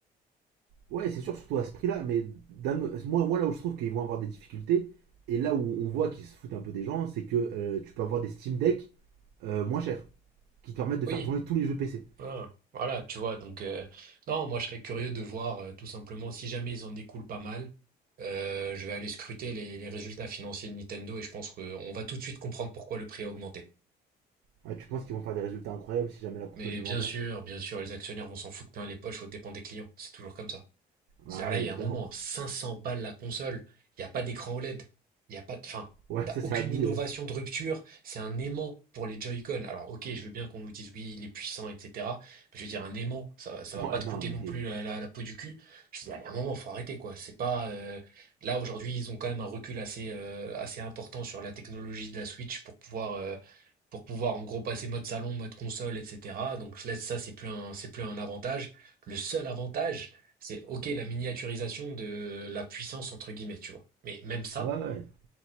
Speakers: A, on the right; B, on the right.
A: Ouais, c'est sûr, surtout à ce prix-là, mais moi, moi, là où je trouve qu'ils vont avoir des difficultés, et là où on voit qu'ils se foutent un peu des gens, c'est que euh, tu peux avoir des Steam Deck euh, moins chers, qui te permettent de
B: Oui.
A: faire tourner tous les jeux PC.
B: Ah, voilà, tu vois, donc euh, non, moi je serais curieux de voir euh, tout simplement si jamais ils en écoulent pas mal, euh, je vais aller scruter les, les résultats financiers de Nintendo et je pense qu'on va tout de suite comprendre pourquoi le prix a augmenté.
A: Ouais, tu penses qu'ils vont faire des résultats incroyables si jamais la console
B: Mais
A: se
B: bien
A: vend bien
B: sûr, bien sûr, les actionnaires vont s'en foutre plein les poches aux dépens des clients, c'est toujours comme ça. C'est-à-dire
A: Ah ouais,
B: là, il
A: évidemment.
B: y a un moment, 500 balles la console, il n'y a pas d'écran OLED, il n'y a pas de... Enfin,
A: Ouais,
B: t'as
A: <laughs> ça c'est
B: aucune
A: abusé.
B: innovation
A: mais
B: de rupture, c'est un aimant pour les Joy-Con. Alors ok, je veux bien qu'on nous dise oui, il est puissant, etc. Mais je veux dire, un aimant, ça, va- ça
A: Ouais,
B: va pas te
A: non,
B: coûter
A: mais...
B: non plus la, la- la peau du cul. Je veux dire, il y a un moment, faut arrêter, quoi. C'est pas... euh, Là, aujourd'hui, ils ont quand même un recul assez, euh, assez important sur la technologie de la Switch pour pouvoir... euh, pour pouvoir en gros passer mode salon, mode console, etc. Donc là, ça, c'est plus un, c'est plus un avantage. Le seul avantage, c'est OK la miniaturisation de la puissance entre guillemets, tu vois. Mais même ça,
A: Ouais, ouais.